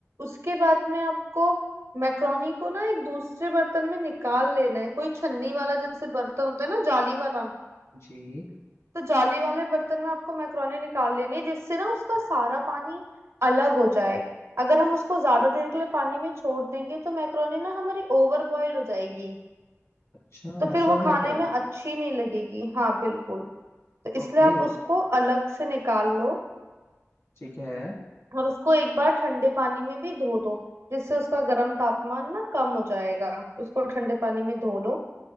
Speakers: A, on the right; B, on the left.
A: उसके बाद में आपको मैक्रोनी को ना एक दूसरे बर्तन में निकाल लेना है कोई छन्नी वाला जैसे बर्तन होता है ना जाली वाला
B: जी
A: तो जाली वाले बर्तन में आपको मैक्रोनी निकाल लेनी है जिससे ना उसका सारा पानी अलग हो जाए अगर हम उसको ज्यादा देर के लिए पानी में छोड़ देंगे तो मैक्रोनी ना हमारी ओवर बॉयल हो जाएगी
B: अच्छा
A: तो फिर
B: ऐसा
A: वो
B: भी
A: खाने
B: होता
A: में
B: है
A: अच्छी नहीं लगेगी हाँ बिल्कुल तो इसलिए
B: ओके
A: आप उसको अलग से निकाल लो
B: ठीक है
A: और उसको एक बार ठंडे पानी में भी धो दो जिससे उसका गर्म तापमान ना कम हो जाएगा उसको ठंडे पानी में धो लो